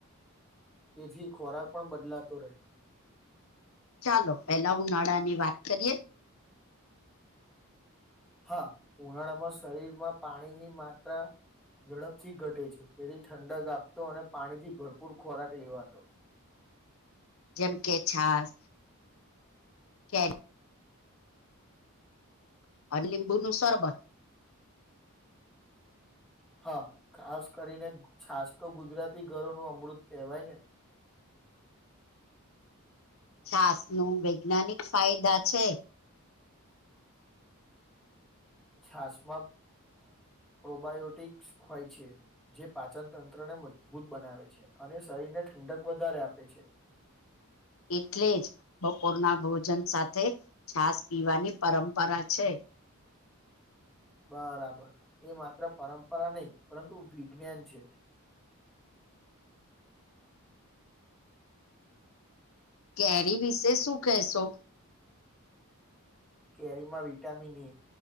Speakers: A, in the centre; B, on the left.
A: તેથી ખોરાક પણ બદલાતો રહે
B: ચાલો પેલા હું ઉનાળાની વાત કરીએ
A: હા ઉનાળામાં શરીરમાં પાણીની માત્રા ઝડપથી ઘટે છે તેથી ઠંડક આપતો અને પાણીથી ભરપૂર ખોરાક લેવાતો
B: જેમ કે છાસ કે અને લીંબુ નું શરબત
A: હા ખાસ કરીને છાસ તો ગુજરાતી ઘરો નું અમૃત કહેવાય ને
B: છાસ ન વૈજ્ઞાનિક ફાયદા છે
A: છાસમાં પ્રોબાયોટિક્સ હોય છે જે પાચન તંત્રને મજબૂત બનાવે છે અને શરીરને ઠંડક વધારે આપે છે
B: એટલે જ બપોરના ભોજન સાથે છાસ પીવાની પરંપરા છે
A: બરાબર એ માત્ર પરંપરા નહી પરંતુ વિજ્ઞાન છે
B: કેરી વિશે શું કહેશો
A: કેરીમાં વિટામિન એ